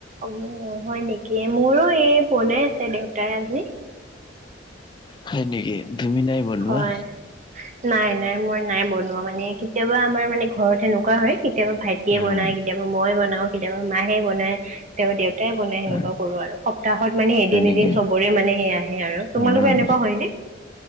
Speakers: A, on the right; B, on the left.
A: অ', হয় নেকি? মোৰো এই বনাই আছে দেউতাই আজি।
B: হয় নেকি? তুমি নাই বনোৱা
A: হয়, নাই, নাই, মই নাই বনোৱা, মানে কেতিয়াবা আমাৰ, মানে ঘৰত সেনেকুৱা হয় কেতিয়াবা ভাইটিয়ে
B: উম
A: বনায়, কেতিয়াবা মই বনাওঁ। কেতিয়াবা মায়ে বনায়, কেতিয়াবা দেউতাই বনায়, সেনেকুৱা
B: উম
A: কৰোঁ আৰু, স সপ্তাহত মানে এদিন-এদিন
B: হয় নেকি
A: চবৰে মানে, সেই আহে আৰু, তোমালোকৰ
B: উম
A: এনেকুৱা হয় নে?